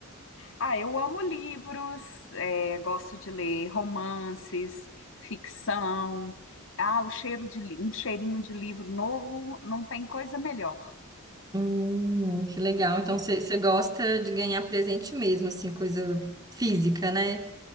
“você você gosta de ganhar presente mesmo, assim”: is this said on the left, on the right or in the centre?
Right